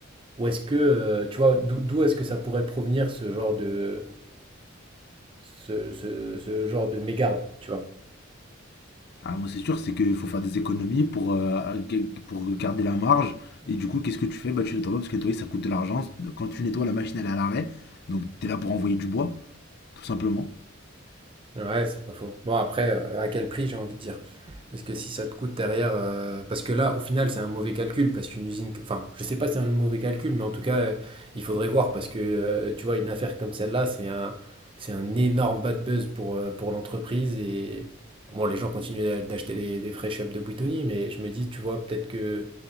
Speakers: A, on the right; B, on the left.
A: Ou est-ce que, euh, tu vois, d'où d'où est-ce que ça pourrait provenir ce genre de, ce, ce- ce genre de mégarde, tu vois?
B: Ah, moi, c'est sûr, c'est qu'il faut faire des économies pour, euh, g- pour garder la marge. Et du coup, qu'est-ce que tu fais? Bah, tu nettoies pas parce que nettoyer, ça coûte de l'argent. Quand tu nettoies, la machine, elle est à l'arrêt. Donc, t'es là pour envoyer du bois, tout simplement.
A: Ouais, c'est pas faux. Bon, après, euh, à quel prix, j'ai envie de dire. Parce que si ça te coûte derrière. euh, Parce que là, au final, c'est un mauvais calcul. Parce qu'une usine. Enfin, je sais pas si c'est un mauvais calcul, mais en tout cas, euh, il faudrait voir. Parce que, euh, tu vois, une affaire comme celle-là, c'est un... c'est un énorme bad buzz pour, euh, pour l'entreprise. Et. Bon, les gens continuent d'a- d'acheter les- des fresh ups de Buitoni, mais je me dis, tu vois, peut-être que.